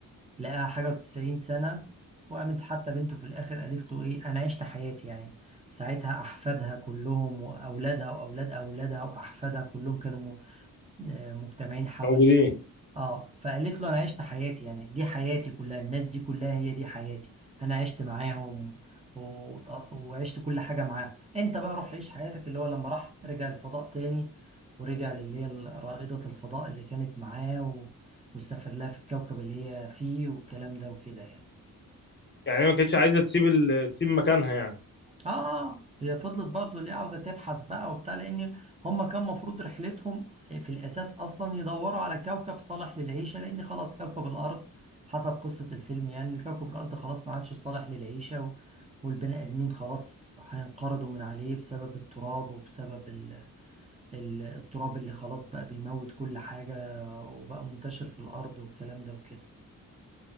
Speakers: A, on the right; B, on the left.
A: لقاها حاجة وتسعين سنة وقامت حتى بنته في الآخر قالت له إيه أنا عشت حياتي يعني ساعتها أحفادها كلهم وأولادها وأولاد أولادها وأحفادها كلهم كانوا م- آه، مجتمعين حواليها
B: موجودين
A: اه فقالت له انا عشت حياتي يعني دي حياتي كلها الناس دي كلها هي دي حياتي انا عشت معاهم و... وعشت كل حاجه معاهم انت بقى روح عيش حياتك اللي هو لما راح رجع الفضاء تاني ورجع للي هي رائده الفضاء اللي كانت معاه و... وسافر لها في الكوكب اللي هي فيه والكلام ده وكده يعني
B: يعني هي ما كانتش عايزة تسيب ال... تسيب مكانها يعني
A: اه هي فضلت برضو ليه عاوزه تبحث بقى وبتاع لان هم كان مفروض رحلتهم في الاساس اصلا يدوروا على كوكب صالح للعيشه لان خلاص كوكب الارض حسب قصه الفيلم يعني كوكب الارض خلاص ما عادش صالح للعيشه و... والبني ادمين خلاص هينقرضوا من عليه بسبب التراب وبسبب ال... ال- التراب اللي خلاص بقى بيموت كل حاجه وبقى منتشر في الارض والكلام ده وكده